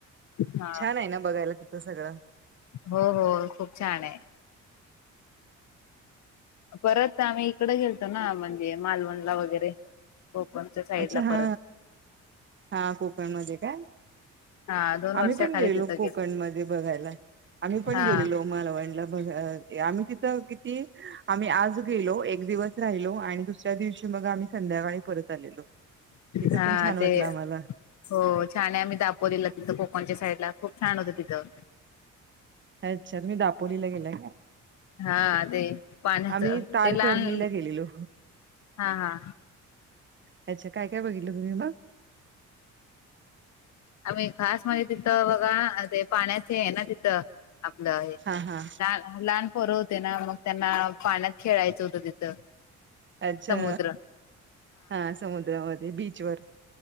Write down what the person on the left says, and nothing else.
हा
हो हो खूप छान आहे. परत आम्ही इकडे गेलतो ना म्हणजे मालवणला वगैरे. कोकणच्या साईड
ला
परत
हा दोन वर्षाखाली
तिथं
गेलो
हा
हा
ते हो
छान आहे आम्ही दापोलीला तिथं कोकणच्या साईड ला खूप छान होतं तिथं
हा ते पाण्याच
ते लहान
हा हा
आम्ही खास म्हणजे तिथं बघा ते पाण्याचे आहे ना तिथं आपलं हे
लहान लहान पोरं होते ना मग त्यांना पाण्यात खेळायचं होतं तिथं
समुद्र